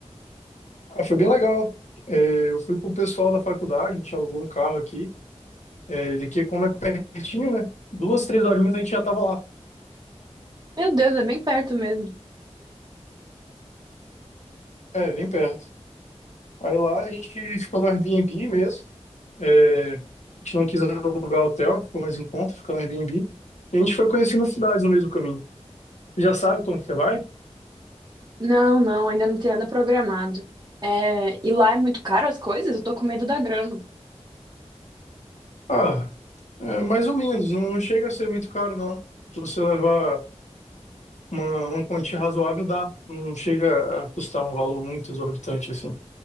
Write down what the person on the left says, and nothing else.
Ah, foi bem legal. É, eu fui com o pessoal da faculdade, a gente alugou um carro aqui, é, daqui como é pertinho, né? Duas, três horinhas a gente já tava lá.
É, bem perto. Aí lá a gente ficou no Airbnb mesmo. É, a gente não quis alugar hotel, ficou mais em conta, ficou no Airbnb. E a gente foi conhecendo as cidades no meio do caminho. Você já sabe como que você vai?
Ah, é, mais ou menos. Não, não chega a ser muito caro, não. Se você levar uma, uma quantia razoável, dá. Não chega a custar um valor muito exorbitante, assim.